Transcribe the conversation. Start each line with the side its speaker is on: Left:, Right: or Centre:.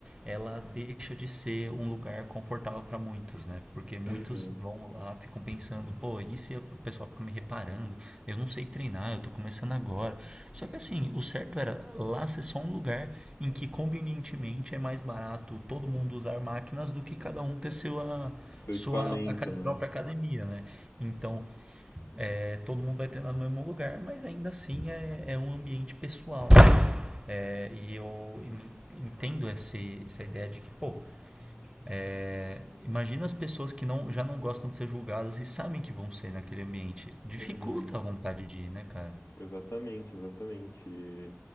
Right: ela deixa de ser um lugar confortável para muitos, né? Porque muitos
Left: Uhum.
Right: vão lá, ficam pensando, pô, e se o pessoal fica me reparando? Eu não sei treinar, eu tô começando agora. Só que assim, o certo era lá ser só um lugar em que convenientemente é mais barato todo mundo usar máquinas do que cada um ter seu, ah,
Left: Seu
Right: sua
Left: equipamento,
Right: aca-
Left: né?
Right: própria academia, né? Então, é, todo mundo vai treinar no mesmo lugar, mas ainda assim é, é um ambiente pessoal. É, e eu en- entendo esse- essa ideia de que, pô, é, imagina as pessoas que não, já não gostam de ser julgadas e sabem que vão ser naquele ambiente. Dificulta
Left: Uhum.
Right: a vontade de ir, né, cara?
Left: Exatamente, exatamente. E